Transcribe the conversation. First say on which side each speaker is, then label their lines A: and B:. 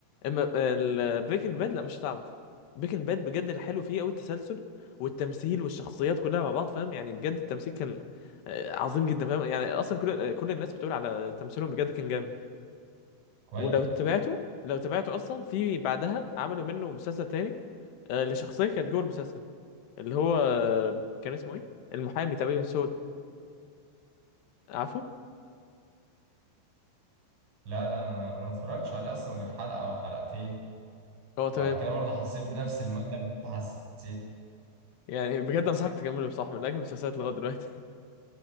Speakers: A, on the left; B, on the right.
A: اما البريكنج باد لا مش هتعرف بريكنج باد بجد الحلو فيه قوي التسلسل والتمثيل والشخصيات كلها مع بعض فاهم يعني بجد التمثيل كان آه، عظيم جدا فاهم يعني اصلا كل آه، كل الناس بتقول على تمثيلهم بجد كان جامد
B: كويس
A: ولو تابعته لو تابعته اصلا في بعدها عملوا منه مسلسل تاني آه، لشخصيه كانت جوه المسلسل اللي هو آه، كان اسمه ايه المحامي تقريبا سود عارفه
B: لا لا انا أنا ما اتفرجتش عليه اصلا غير حلقة او حلقتين
A: اه تمام
B: وبعد كده برضه حسيت بنفس الملل اللي انت حسيته
A: يعني بجد انصحك تكمله بصح من اجمل المسلسلات لغايه دلوقتي